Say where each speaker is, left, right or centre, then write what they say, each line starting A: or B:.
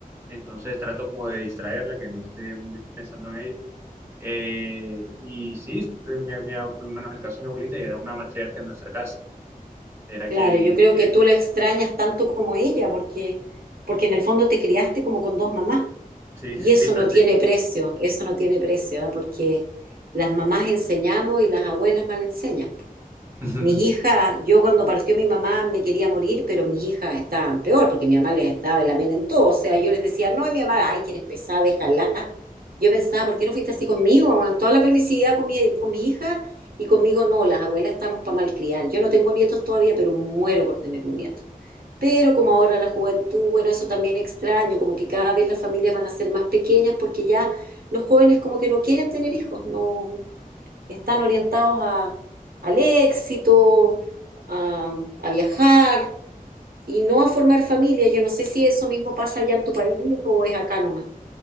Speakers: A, on the right; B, on the right.
A: Entonces trato como de distraerla, que no esté muy pensando en ello. Eh, y sí, eh, mi, mi- por lo menos en el caso de mi abuelita, ella era una matriarca en nuestra casa. Era
B: Claro,
A: quien,
B: yo creo
A: quien,
B: que tú la extrañas tanto como ella, porque, porque en el fondo te criaste como con dos mamás.
A: sí,
B: Y
A: sí,
B: eso
A: prácticamente.
B: no tiene precio, eso no tiene precio, ¿ah? Porque las mamás enseñamos y las abuelas mal enseñan.
A: <laughs>
B: Mis hijas, yo cuando partió mi mamá me quería morir, pero mis hijas estaban peor, porque mi mamá les estaba en la mena en todo. O sea, yo les decía, no, y mi mamá, ay, quieres pesar, déjala. Yo pensaba, ¿por qué no fuiste así conmigo? Con toda la permisividad con mi, con mi hija y conmigo no, las abuelas estamos para malcriar. Yo no tengo nietos todavía, pero muero por tener un nieto. Pero como ahora la juventud, bueno, eso también extraño, como que cada vez las familias van a ser más pequeñas porque ya los jóvenes como que no quieren tener hijos, no, están orientados a, al éxito, a, a viajar y no a formar familia. Yo no sé si eso mismo pasa allá en tu país o es acá nomás.